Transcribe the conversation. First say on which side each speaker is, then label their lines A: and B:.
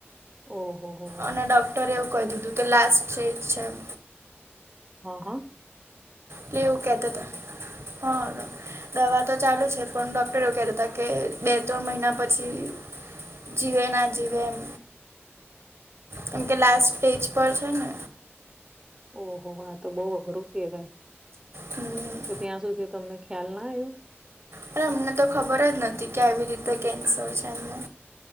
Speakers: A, on the right; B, on the right.
A: ઓહોહો.
B: અને ડોક્ટરે એવું કહી દીધું કે લાસ્ટ સ્ટેજ છે એમ.
A: અહ હ અ
B: કે એવું કહેતાતા. <unintelligible> દવા તો ચાલુ છે પણ ડોક્ટર એવું કહેતાતા કે બે-ત્રણ મહિના પછી જીવે ના જીવે એમ. કેમ કે લાસ્ટ સ્ટેજ પર છે ને.
A: ઓહોહો આ તો બહુ અઘરું કહેવાય.
B: હમ્મ.
A: તો ત્યાં સુધી તમને ખ્યાલ ના આયો?
B: પણ અમને તો ખબર જ નથી કે આવી રીતે કેન્સર છે એમને.